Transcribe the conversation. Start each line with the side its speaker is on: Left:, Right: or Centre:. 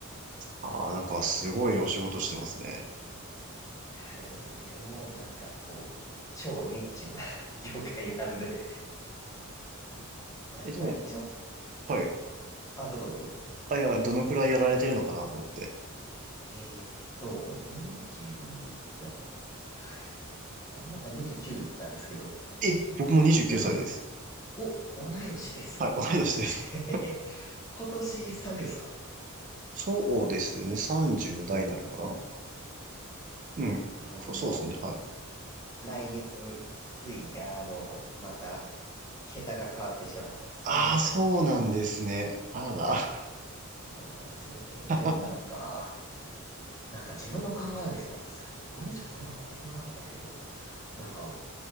Right: ああ、なんかすごいお仕事してますね。
Left: あーでも全然もうなんかこう、超ニッチな <laughs> 業界なんで、やっぱりちょっと、
Right: え、でも、はい。
Left: あ、どうぞどうぞ。
Right: あ、いや、どのくらいやられてるのかなと思って。
Left: えーっと、24からやってんのかな今が29なんですけど、
Right: え、僕も29歳です。
Left: いや、に、お、同い年ですね。
Right: はい、同い年です。
Left: <laughs> 今年30ですか
Right: そうですね。30の代になるのかなうん。
Left: 僕も
Right: こそうですね。はい。
Left: 来月、ついにあの、また、桁が変わってしまいます。
Right: ああ、
Left: 30歳になっちゃいます。
Right: そうなんですね。あらら。
Left: そうなんですよね。
Right: <laughs>
Left: でもなんか、なんか自分の考える30歳っさいってもうちょっとなんか大人だったけど、なんか